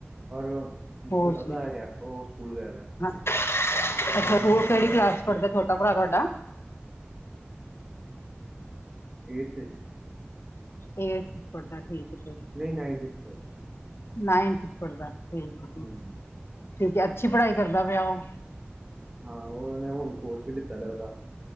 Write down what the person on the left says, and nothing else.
ਹੋਰ
ਜੀ
<unintelligible> ਅੱਛਾ ਉਹ ਕਿਹੜੀ ਕਲਾਸ ਚ ਪੜ੍ਹਦਾ ਛੋਟਾ ਭਰਾ ਤੁਹਾਡਾ।
ਏਟਥ ਚ ਪੜ੍ਹਦਾ ਠੀਕ ਫੇਰ
ਨਾਈਨਥ ਚ ਪੜ੍ਹਦਾ ਠੀਕ ਠੀਕ।
ਠੀਕ ਏ ਅੱਛੀ ਪੜ੍ਹਾਈ ਕਰਦਾ ਪਿਆ ਉਹ?